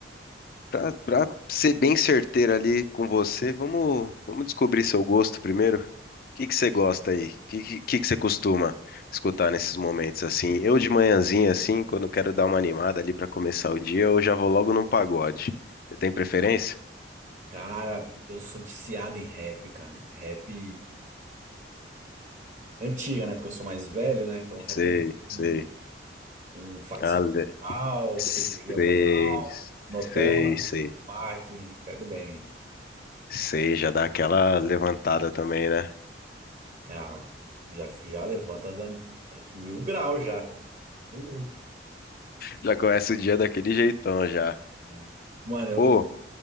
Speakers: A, on the left; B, on the right.
A: Pra, pra ser bem certeiro ali com você, vamos, vamos descobrir seu gosto primeiro. O que que você gosta aí? O que, que, que que você costuma escutar nesses momentos assim? Eu de manhãzinha, assim, quando eu quero dar uma animada ali pra começar o dia, eu já vou logo num pagode. Você tem preferência?
B: Cara, eu sou viciado em rap, cara. Rap antiga, né? Porque eu sou mais velho, né? Então, rap
A: Sei,
B: é
A: sei.
B: antigo. um facção
A: Ale...
B: moral,
A: Sei,
B: cirurgia moral, notório,
A: sei, sei.
B: PAC, pego bem.
A: Sei, já dá aquela levantada também, né?
B: né? Ah, já, já levanta da- mil graus já. Tô louco,
A: Já começa o dia daquele jeitão já.
B: né? Mano, eu,
A: Pô,
B: eu